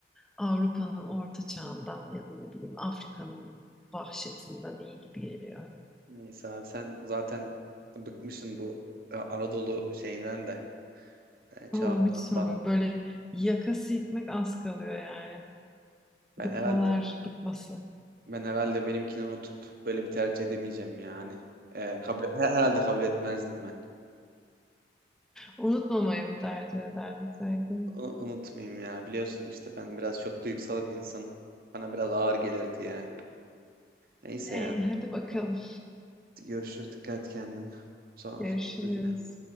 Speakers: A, in the centre; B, on the right.
A: Avrupa'nın orta çağından ya da ne bileyim Afrika'nın vahşetinden iyi gibi geliyor.
B: Neyse abi sen zaten bıkmışsın bu e, Anadolu şeyinden de e, çağından
A: Oo, hiç sorma
B: da.
A: böyle yakası gitmek az kalıyor yani. Bıkmalar
B: Ben herhalde
A: bıkması.
B: ben herhalde benimkini unutup böyle bir tercih edemeyeceğim yani. E, kabul, her- herhalde kabul etmezdim ben.
A: Unutmamayı mı tercih ederdin sanki?
B: Bunu unutmayayım ya. Biliyorsun işte ben biraz çok duygusal bir insanım. Bana biraz ağır gelirdi yani. Neyse
A: Ey
B: ya.
A: hadi bakalım.
B: Görüşürüz. Dikkat et kendine. Sonra
A: Görüşürüz.
B: konuşuruz.